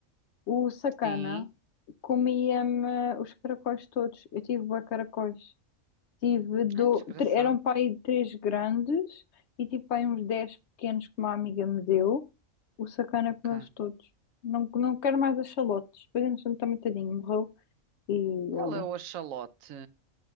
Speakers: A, on the left; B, on the right.
A: o sacana,
B: Sim.
A: comia-me eh, os caracóis todos. Eu tive bué caracóis. Tive do...
B: Ai, desgraçado.
A: tre- Eram pai três grandes e tive pai uns dez pequenos que uma amiga me deu. O sacana
B: Ok.
A: comeu-os todos. Não, não quero mais axolotes. Depois, entretanto, também tadinho, morreu. E
B: Qual
A: olha.
B: é o axolote?